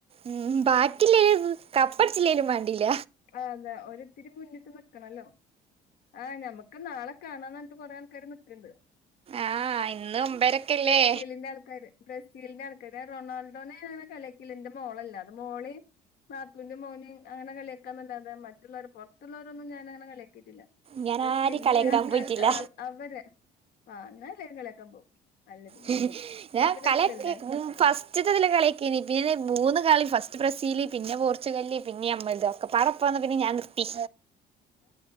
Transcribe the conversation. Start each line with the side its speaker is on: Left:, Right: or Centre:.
Right: ഉം ബാക്കില്ലേലും കപ്പടച്ചില്ലേലും വേണ്ടില്ല
Left: ആഹ അതെ ഒരിത്തിരി മുന്നിട്ട് നൽക്കണല്ലോ ആഹ് ഞമ്മക്ക് നാളെ കാണാന്നറ ന്നിട്ട് കൊറെ ആൾക്കാര് നിക്ക്ണ്ട്
Right: ആഹ് ഇന്ന് ഒമ്പരക്കല്ലേ
Left: ബ്രസീലിന്റെ ആൾക്കാര് ബ്രസീലിന്റെ ആൾക്കാര് റൊണാൾഡോനെ അങ്ങനെ കളിയാക്കീല ന്റെ മോളല്ലേ അത് മോള് നാത്തൂന്റെ മോനിം അങ്ങനെ കളിയക്കാന്നല്ലാത മറ്റുള്ളവർ പുറത്തുള്ളവരൊന്നും ഞാന അങ്ങനെ കളാക്കിയിട്ടില്ല
Right: ഞാൻ
Left: ബ്രസീലിന്റെ
Right: ആരിം കളിയാക്കാൻ
Left: ആൾക്കാർക്ക്
Right: പോയിട്ടില്ല
Left: അവര് ആഹ എന്നാല കളിയാക്കാൻ പോകും അല്ല പിന്നെ
Right: <unintelligible>
Left: അതൊക്കെ
Right: കലക്ക്
Left: രസല്ലേ
Right: ഫസ് ഉച്ചിത്തത്തിലെ കളിയാകീനു പിന്നെ മൂന്ന് കളി ഫസ്റ്റ് ബ്രസീല് പിന്നെ പോർച്ചുഗല് പിന്നെ അമ്മൽതോ ഒക്കപ്പാടെ ഒപ്പം വന്നപ്പോ ഞാൻ നിർത്തി